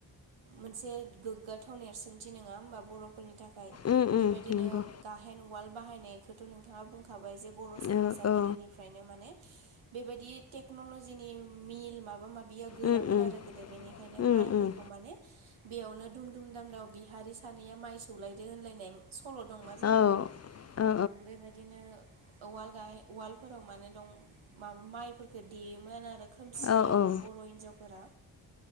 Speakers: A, on the right (about 75°); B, on the left (about 35°).
A: मोनसे गोग्गाथाव नेरसोनथि नङा होमबा बर'फोरनि थाखाय
B: उम
A: बेबायदिनो
B: उम नंगौ
A: गाहाम हेन्द उवाल बाहायनायखौथ' नोंथाङा बुंखाबाय जे बर' समाजा
B: औ औ
A: गोदोनिफ्रायनो माने बेबायदि टेक्न'ल'जिनि मिल माबा माबिया गैयामोन
B: उम उम
A: आरो गोदो बेनिखायनो खायनो
B: उम
A: माइफोरखौ
B: उम
A: माने बेयावनो दुम दुम दामदाव बिहारि सानैया माइ सौलायदो होनलायनाय सल' दंना जोंनाव
B: औ औ
A: ओम बेबायदि बिदिनो उवाल गाय उवालफोराव माने दं माबा माइफोरफोरखौ देयोमोन आरो खोमसियावनो
B: औ औ उम उम
A: बर' हिन्जावफोरा